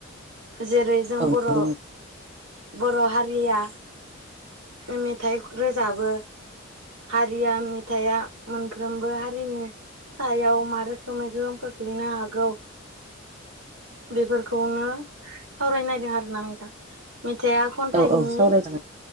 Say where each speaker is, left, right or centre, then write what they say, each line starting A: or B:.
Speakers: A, on the right; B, on the right.
A: जेरै जों
B: औ नंगौ
A: बर बर हारिया मेथाइ रोजाबो हारिया मेथाइआ मोनफ्रोमबो हारिनि सायााव मारख गोहोमै गोहोम खोख्लैनो हागौ बेफोरखौनो सावरायनायदों आरोना नोंथां मेथाइआ खन्थाइनि
B: औ औ सावरायजागोन